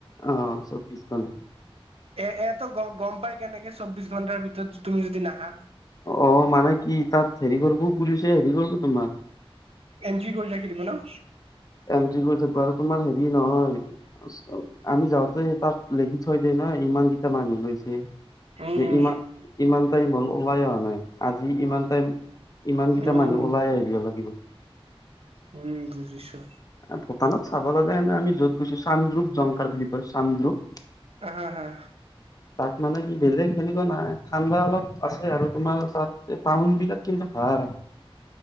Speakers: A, on the left (about 40°); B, on the right (about 75°).
A: অ', চৌবিশ ঘন্টা
B: এ এয়াতো গ গম পাই কেনেকে চৌবিশ ঘণ্টাৰ ভিতৰত তুমি যদি নাহা
A: অ মানে কি তাত হেৰি কৰিবো পুলিচে হেৰি কৰিব তোমাক
B: এনট্ৰি কৰি ৰাখি দিব ন
A: এণ্ট্ৰি কৰোটে বাৰু তোমাৰ হেৰি নহয় আমি যাওঁতে তাত লেখি থৈ দেই ন ইমান কেইটা মানুহ গৈছে
B: উম
A: যে ইমান ইমান টাইম হ'ল ওলাই অহা নাই আজি ইমান টাইম ইমান কেইটা
B: উম উম
A: মানুহ ওলাই আহিব লাগিব
B: উম বুজিছো
A: ভূটানত চাব লগা নাই আমি য'ত গৈছো চাৰোপ জংকাৰ বুলি কৈ চানৰোপ
B: হা হা
A: তাত মানে কি বেলেগ সেনেকুৱা নাই ঠাণ্ডা অলপ আছে আৰু তোমাৰ তাত টাউন বিলাক কিন্তু ভাল